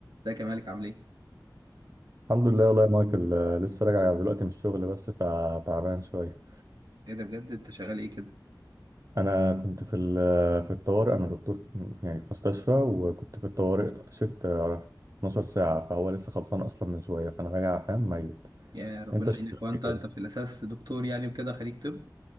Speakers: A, on the right; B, on the right.
A: ازيك يا مالك عامل ايه؟
B: الحمد لله والله يا مايكل آه، لسه راجع دلوقتي من الشغل بس فتعبان شوية
A: ايه ده بجد انت شغال ايه كده؟
B: أنا كنت في ال- في الطوارئ أنا دكتور يعني في مستشفى وكنت في الطوارئ شفت 12 ساعة فهو لسه خلصان أصلا من شوية فأنا راجع فاهم ميت
A: يا ربنا
B: أنت شغال
A: يعينك وانت
B: إيه
A: انت
B: كده؟
A: في الاساس دكتور يعني وكده خريج طب؟